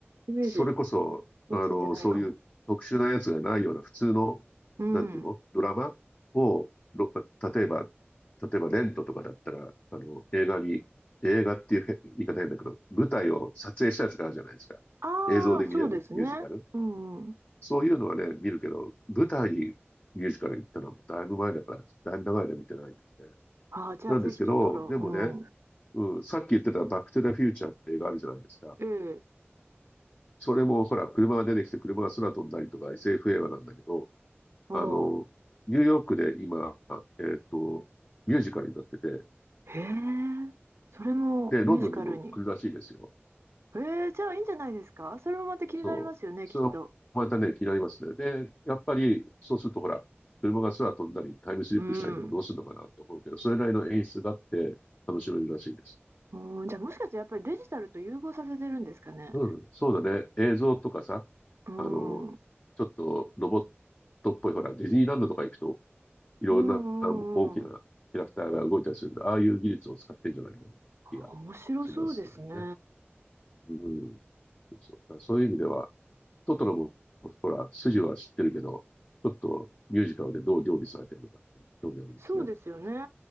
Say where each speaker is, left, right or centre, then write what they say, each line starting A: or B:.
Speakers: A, on the right; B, on the left.
A: イメージ
B: それこそ、
A: 追いついてないかも。
B: あの、そういう特殊なやつがないような普通の、
A: うん。
B: なんていうのドラマを、ろ例えば、例えばレントとかだったら、あの、映画に、映画っていうへ言い方変だけど、舞台を撮影したやつがあるじゃないですか。
A: ああ、
B: 映像で見れるミュージカル。
A: そうですね。うんうん。
B: そういうのはね、見るけど、舞台にミュージカル行ったのはもうだいぶ前だから、だいぶ長い間見てないんですね。
A: ああ、じゃあぜひトトロ。
B: なんですけど、でもね、
A: う
B: うん、さっき言ってたバックトゥザフューチャーって映画あるじゃないですか。
A: ん。ええ。
B: それもほら、車が出てきて車が空飛んだりとか SF 映画なんだけど、
A: おお。
B: あの、ニューヨークで今、えーっと、ミュージカルになってて、
A: へえ。それもミュージカルに。
B: で、ロンドンにも来るらしいですよ。
A: えー、じゃあいいんじゃないですかそれもまた気になりますよね、
B: そう。それはまたね、
A: きっと。
B: 気になりますね。で、やっぱり、そうするとほら、車が空飛んだり、タイムスリップしたりとかどうするのかなと思うけど、
A: うん。
B: それなりの演出があって楽しめるらしいです。
A: うん、じゃあもしかしてやっぱりデジタルと融合させてるんですかね。
B: うん、そうだね。映像とかさ、
A: うん。
B: あの、
A: うん
B: ちょっとロボットっぽい、ほら、ディズニーランドとか行くといろんな大きなキャラクターが動いたりするんで、
A: うんうん。は
B: ああいう技術を使ってるんじゃないかな気がしますけどね。
A: あ面白そうですね。
B: うん。そうそう。だからそういう意味では、トトロも、ほら、筋は知ってるけど、ちょっとミュージカルでどう料理されてるのかって興味ありますね。
A: そうですよね。